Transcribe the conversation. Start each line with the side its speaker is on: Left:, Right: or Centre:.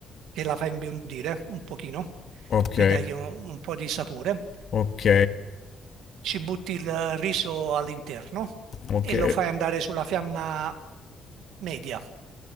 Right: che la fa imbiondire un pochino
Left: ok,
Right: per dargli un, un po' di sapore.
Left: ok,
Right: Ci butti il riso all'interno
Left: ok.
Right: e lo fai andare sulla fiamma media.